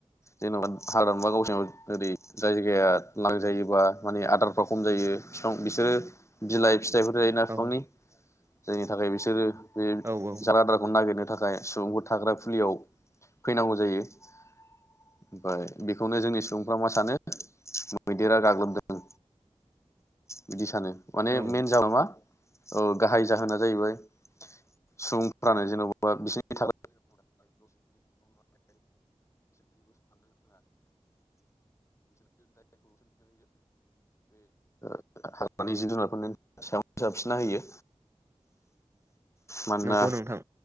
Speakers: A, on the left; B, on the right.
A: जेनेबा <unintelligible> गावसोराव ओरै जाय जायगाया लांजायोबा माने आदारफ्रा खम जायो बिफां बिसोरो बिलाइ फिथाइफोर जायो ना बिफांनि
B: औ
A: जायनि थाखाय बिसोरो बे
B: औ औ
A: जालादारखौ नायगिरनो थाखाय सुबुंखौ थाग्रा फुलियाव फैनांगौ जायो ओमफाय बेखौनो जोंनि सुबुंफ्रा मा सानो मैदेरा गाग्लोबदों बिदि सानो माने
B: औ
A: मेन जाउना मा औ गाहाय जाहोना जाहैबाय सुबुंफ्रानो जेनबबा बिसोरनि <unintelligible> हाग्रानि जिब जुनारफोरनि सायाव जाबसिन्ना होयो। मानोना
B: नंगौ नोंथां